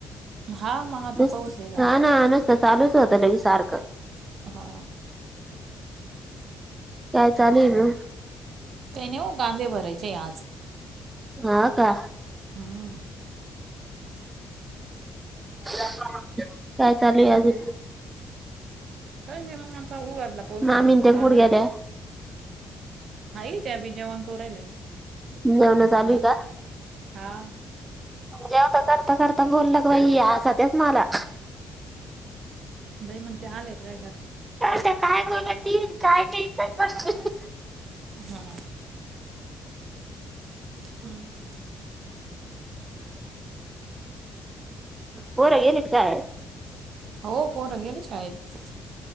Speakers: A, on the right; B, on the right.
A: हां मग आता
B: नस
A: पाऊस हे झाला
B: आना आना नसत चालूच होतं लई सारख.
A: हा.
B: काय चालेल हाय ना.
A: काही नाही हो गांदे भरायचे आज.
B: हा का.
A: हम्म.
B: हम काय चालू आहे अजून.
A: काही नाही मग आता ऊघाला पाऊस
B: मामीन
A: थोडा मग
B: त्या
A: कांदे
B: कुठं गेल्या
A: ब हाई त्या बीजेवन करू रहिलेत.
B: जेवण चालू हाय का.
A: हा.
B: जेवता करता करता बोललं क बाई असा तेच मला.
A: बाई मग ते आलेतना काय करा.
B: ते काय बोललं ती काय ते बी इतच बस.
A: हा. ह.
B: पोर येलीत का शाळा.
A: अहव पोर गेलीत शाळेत.